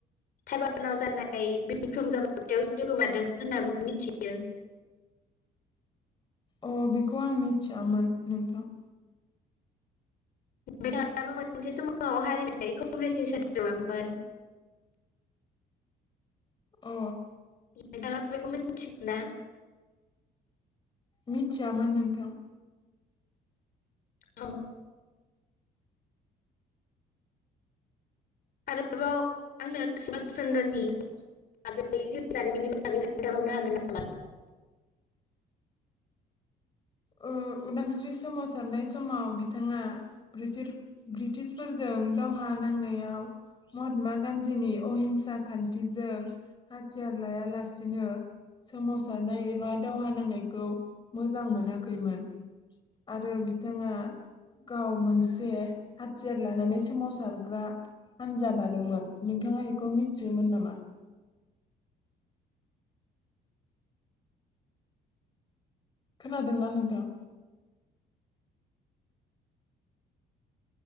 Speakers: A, on the left; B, on the left.
A: थाबानाव जानाय बिख्रं जाब्रबथायावसो गोमादों होनना मिथियो।
B: अ बेखौ आं मिथियामोन नोंथां।
A: बिथाङाबो मोनसे समाव हारिमायारि कंग्रेसनि सोद्रोमामोन।
B: अ
A: नोंथाङा बेखौ मिथियो ना?
B: मिथियामोन नोंथां।
A: औ आरोबाव आंनो सुबभाष चन्द्रनि आबुं जिउ जारिमिननि बागै खोन्थानो हरनो हागोन नामा?
B: उम उदांस्रि सोमावसारनाय समाव बिथाङा ब्रिटिर- ब्रिटिशफोरजों दावहा नांनायाव महात्मा गान्धीनि अहिंसा खान्थिजों हाथियार लायालासिनो सोमावसारनाय एबा दावहा नांनायखौ मोजां मोना खैमोन आरो बिथांङा गाव मोनसे हाथियार लानानै सोमावसारग्रा हान्जा दादोंमोन। नोंथाङा बेखौ मिथियोमोन नामा? खोनादोंना नोंथां?